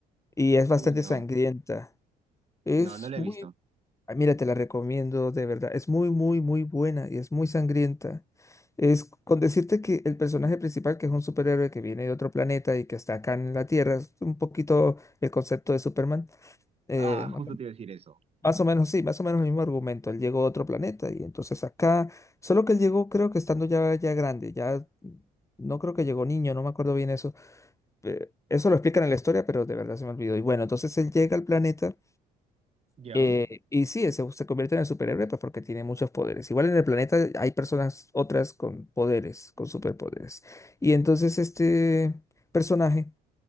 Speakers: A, on the left; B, on the right.
A: y es bastante
B: Uy, no,
A: sangrienta. Es
B: no, no lo
A: muy,
B: he visto.
A: ah, mira, te la recomiendo de verdad. Es muy, muy, muy buena y es muy sangrienta. Es con decirte que el personaje principal, que es un superhéroe que viene de otro planeta y que está acá en la Tierra, es un poquito el concepto de Superman. eh,
B: Ah,
A: más
B: justo
A: o
B: te iba a decir eso.
A: más o menos, sí, más o menos el mismo argumento. Él llegó a otro planeta y entonces acá, solo que él llegó, creo que estando ya, ya grande, ya no creo que llegó niño, no me acuerdo bien eso. Eh, Eso lo explican en la historia, pero de verdad se me olvidó. Y bueno, entonces él llega al planeta
B: Ya,
A: Eh, y sí, se, se convierte en el superhéroe pues, porque tiene muchos poderes. Igual en el planeta hay personas otras con poderes, con superpoderes. Y entonces este personaje